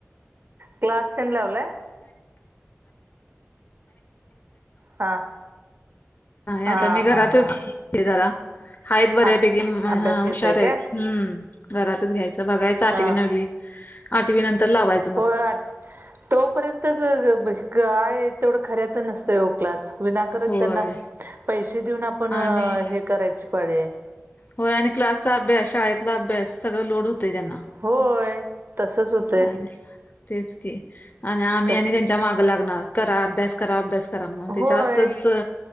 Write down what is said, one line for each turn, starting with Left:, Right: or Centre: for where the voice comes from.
Right: क्लास तेन लावलाय? हा
Left: नाही
Right: हा
Left: आता मी
Right: हा
Left: घरातच
Right: हा
Left: जरा हायत बऱ्यापैकी
Right: अभ अभ्यास
Left: हा
Right: घेताय
Left: हुशार आहेत
Right: काय
Left: हम्म घरातच घ्यायचं बघायच आठवी
Right: हा
Left: नववी आठवी नंतर लावायच.
Right: होय तोपर्यंतच आहे काय तेवढं खऱ्याच नसतं हो क्लास. विनाकारण
Left: होय
Right: त्यांना पैसे देऊन आपण
Left: आणि
Right: हे करायची पाळी हाय.
Left: होय आणि क्लासचा अभ्यास शाळेतला अभ्यास सगळ लोड होतंय त्यांना.
Right: होय तसच होत‌.
Left: आणि तेच की आणि आम्ही
Right: का
Left: आणि त्यांच्या माग लागणार करा अभ्यास करा अभ्यास करा म्हण
Right: होय
Left: जास्तच अ